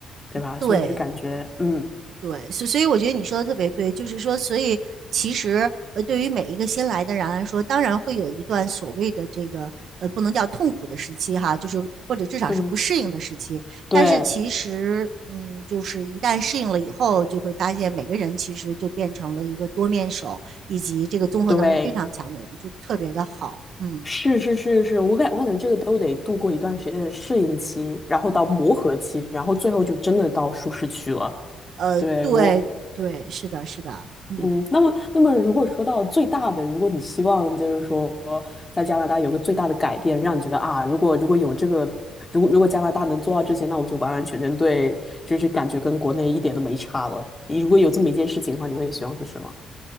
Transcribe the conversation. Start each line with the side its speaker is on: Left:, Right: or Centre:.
Left: 对吧？
Right: 对。
Left: 所以我就感觉，嗯
Right: 对，所所以我觉得你说的特别对，就是说，所以其实呃，对于每一个新来的人来说，当然会有一段所谓的这个呃，不能叫痛苦的时期哈，就是或者至少是不适应的时期。
Left: 嗯，对
Right: 但是其实，嗯，就是一旦适应了以后，就会发现每个人其实就变成了一个多面手，以及这个综合能力非常强的人，
Left: 对，
Right: 就特别的好。嗯，
Left: 是是是是，我感我感觉这个都得度过一段时间的适应期，然后到磨合期，然后最后就真的到舒适区了。
Right: 呃，
Left: 对，
Right: 对对，
Left: 我
Right: 是的，是的，嗯。
Left: 嗯，那么，那么如果说到最大的，如果你希望就是说在加拿大有个最大的改变，让你觉得啊，如果如果有这个，如果如果加拿大能做到这些，那我就完完全全对，就是感觉跟国内一点都没差了。如果有这么一件事情的话，你会希望是什么？